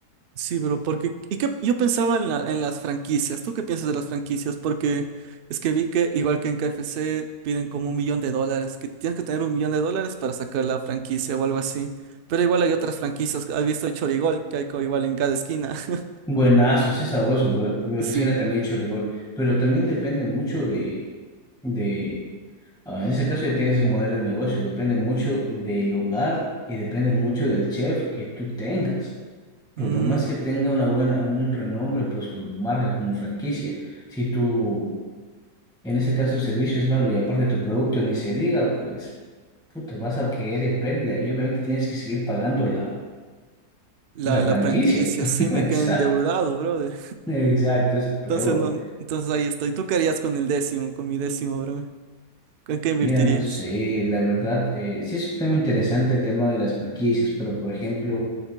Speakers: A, on the right; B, in the centre.
A: sí, bro, porque, y que yo pensaba en la, en las franquicias. ¿Tú qué piensas de las franquicias? Porque es que vi que, igual que en KFC, piden como un millón de dólares, que tienes que tener un millón de dólares para sacar la franquicia o algo así. Pero igual hay otras franquicias, has visto el Chorigol, que hay co- igual en cada esquina. <laughs>
B: Buenazo, sí es sabroso, por, por mi
A: Sí.
B: oficina también he hecho rigor, pero también depende mucho de, de, ah, en ese caso ya tienes el modelo de negocio, depende mucho del lugar y depende mucho del chef que tú tengas. Pero
A: Mm,
B: por más que tenga una buena, un renombre, pues como marca, como franquicia, si tu, en ese caso, servicio es malo y aparte tu producto ni se diga, pues, puto, vas a caer en pérdida y obviamente tienes que seguir pagando la,
A: La,
B: la franquicia.
A: la franquicia,
B: <laughs>
A: sí, me
B: Exacto,
A: quedé endeudado, brother.
B: exacto, es peor.
A: Entonces, no, entonces ahí estoy. ¿Tú qué harías con el décimo, con mi décimo, bro? ¿Con qué invertirías?
B: Mira, no sé, la verdad, eh, sí es un tema interesante el tema de las franquicias, pero por ejemplo,